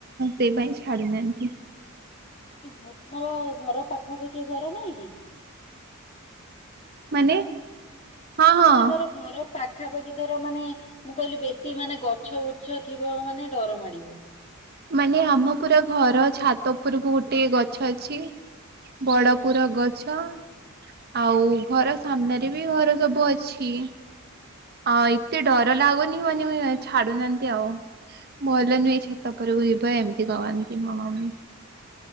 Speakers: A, on the right; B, on the left.
A: ସେଇ ପାଇଁ ଛାଡୁନାହାନ୍ତି।
B: ମାନେ ତମର ଘର ପାଖାପାଖି ଘର ନାଇଁ କି?
A: ମାନେ? ହଁ ହଁ
B: ଏ ଧର ଘର ପାଖାପାଖି ଧର ମାନେ ମୁଁ କହିଲି ବେଶୀ ମାନେ ଗଛ ବୃଛ ଥିବ ମାନେ ଡର ମାଡିବ।
A: ମାନେ ଆମ ପୁରା ଘର ଛାତ ଉପରକୁ ଗୋଟେ ଗଛ ଅଛି। ବଡ
B: ହଁ।
A: ପୁରା ଗଛ ଆଉ ଘର ସାମ୍ନାରେ ବି ଘର ସବୁ ଅଛି। ହଁ ଏତେ ଡର ଲାଗୁନି ମାନେ ଛାଡୁନାହାନ୍ତି ଆଉ ଭଲ ନୁହେଁ ଛାତ। ଉପରକୁ ଯିବା ଏମିତି କହନ୍ତି ମୋ ମମି।